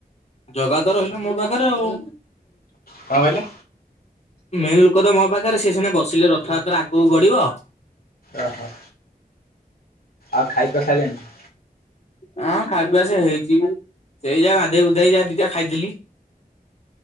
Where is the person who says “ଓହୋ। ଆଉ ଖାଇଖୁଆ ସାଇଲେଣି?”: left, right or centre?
Left